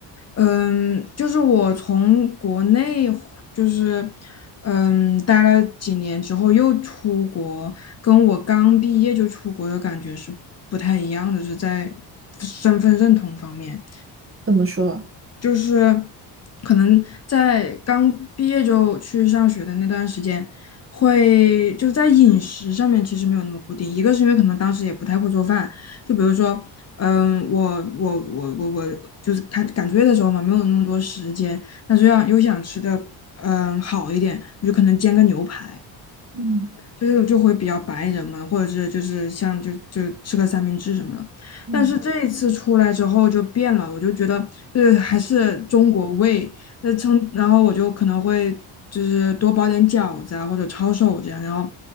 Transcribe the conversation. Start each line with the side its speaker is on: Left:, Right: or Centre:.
Left: 嗯，就是我从国内回就是嗯待了几年之后又出国，跟我刚毕业就出国的感觉是不太一样的，是在身份认同方面。
Right: 怎么说啊
Left: 就是可能在刚毕业就去上学的那段时间，会就在饮食上面其实没有那么固定。一个是因为可能当时也不太会做饭，就比如说，嗯，我我我我我就是赶赶作业的时候嘛，没有那么多时间，但是要又想吃的嗯好一点，我就可能煎个牛排。
Right: 嗯
Left: 就是就会比较白人嘛，或者是就是像就就吃个三明治什么的。
Right: 嗯
Left: 但是这一次出来之后就变了，我就觉得就是还是中国味，那称然后我就可能会就是多包点饺子啊或者抄手这样，然后